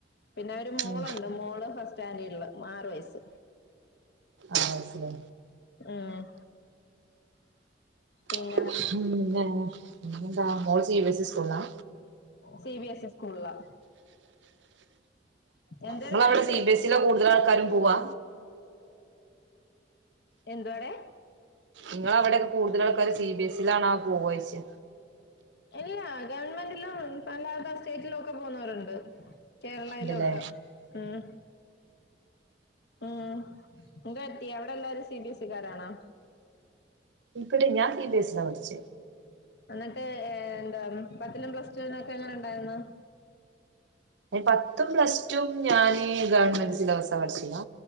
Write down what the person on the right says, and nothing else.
ഉം
ആറ് വയസ്സ് ലേ
<unintelligible> എന്താ മോള് സി ബി എസ് സി സ്‌കൂളിലാ?
ഇങ്ങളെ
അവിടെ സി ബി എസ് സിലാ കൂടുതൽ ആൾക്കാരും പോവാ
ഇങ്ങളെ അവിടെയൊക്കെ കൂടുതൽ ആൾക്കാര് സി ബി എ സിലാണോ പോവാ ചോയിച്ചേ
ഉണ്ടല്ലേ
<unintelligible> ഞാൻ സി ബി എസിയിലാ പഠിച്ചേ
പത്തും പ്ലസ് ടു ഞാൻ ഗവൺമെന്റ് സിലബസ് ദപഠിച്ചിത്